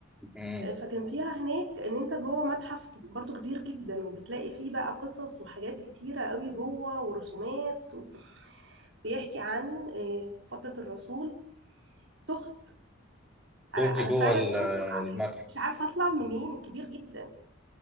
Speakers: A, in the centre; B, on the right (about 65°).
A: امم
B: آه، فكان فيها هناك ان انت جوه متحف ك- برضو كبير جدا وبتلاقي فيه بقى قصص وحاجات كتيرة قوي جوه ورسومات و- بيحكي عن آه، فترة الرسول تهت انا
A: دوتي
B: انا
A: جوه
B: فعلا
A: ال-
B: تهت
A: المتحف
B: مش عارفة اطلع منين كبير جدا